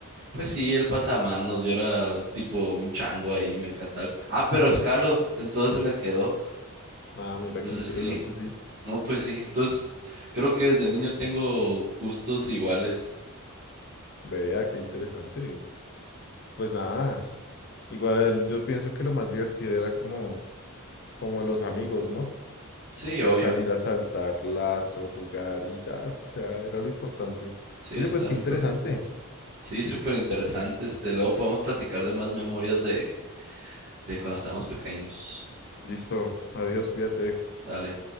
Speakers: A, on the right; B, on the left.
A: pues sí, el pasamanos, yo era tipo un chango ahí, me encantaba. Ah, pero escalo, entonces se me quedó.
B: Ah, mira
A: Entonces
B: qué interesante,
A: sí,
B: sí.
A: no, pues sí. Entonces creo que desde niño tengo gustos iguales.
B: Vea, qué interesante. Pues nada, igual yo pienso que lo más divertido era como, como los amigos, ¿no?
A: Sí, obvio.
B: Salir a saltar lazo, jugar y ya, o sea, era lo importante.
A: Sí,
B: Oye,
A: está
B: pues qué
A: súper
B: interesante.
A: bien. Sí, súper interesante. Este, luego podemos platicar de más memorias de, de cuando estábamos pequeños.
B: Listo, adiós, cuídate.
A: Dale.